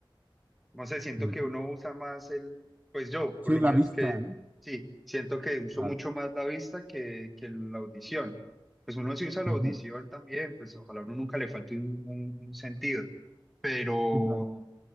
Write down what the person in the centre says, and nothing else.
No sé, siento
que uno usa más el, pues yo,
por lo
menos
que,
sí, siento que uso
mucho más la vista que, que la audición. Pues uno sí usa la
audición también, pues ojalá a uno nunca le falte un un- un sentido, pero...